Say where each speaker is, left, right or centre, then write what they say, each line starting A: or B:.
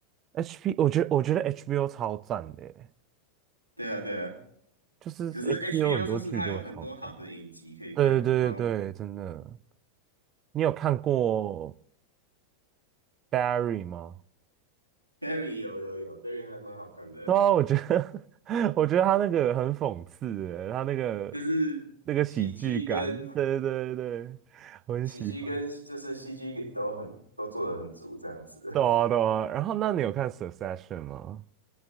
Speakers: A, on the right; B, on the right.
A: h p 我觉得我觉得 HBO 超赞的耶，
B: 对啊，对啊。
A: 就是
B: 可是
A: HBO
B: HBO
A: 很多剧都超赞。
B: 就是它有很多好的影集可以看，
A: 对对对对对，
B: 然后
A: 真的。你有看过 Barry 吗？
B: Barry 有有有，Barry 还蛮好看的。
A: 对啊，我觉得 <laughs> 我觉得他那个很讽刺欸，他那个
B: 就是喜剧跟
A: 那个喜剧感，对对对对，我很喜欢。
B: 喜剧跟就是戏剧都很都做的很足这样子。
A: 对啊对啊，
B: <laughs>
A: 然后那你有看《Succession》吗？